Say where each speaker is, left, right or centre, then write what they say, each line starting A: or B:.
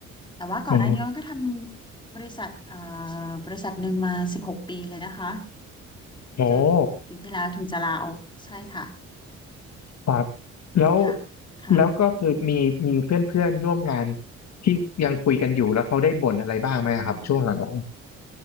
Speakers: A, on the left; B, on the left.
A: แต่ว่าก่อนหน้านี้มันก็ทำบริษัทเอ่อ
B: อ๋อ
A: บริษัทหนึ่งมาสิบหกปีเลยนะคะ
B: โอ้โห
A: จนปีที่แล้วถึงจะลาออกใช่ค่ะ
B: ครับแล้ว
A: ค่ะค่ะ
B: แล้วก็คือมีมีเพื่อนเพื่อนร่วมงานที่ยังคุยกันอยู่แล้วเขาได้บ่นอะไรบ้างไหมครับช่วงหลังๆ
A: ค่ะ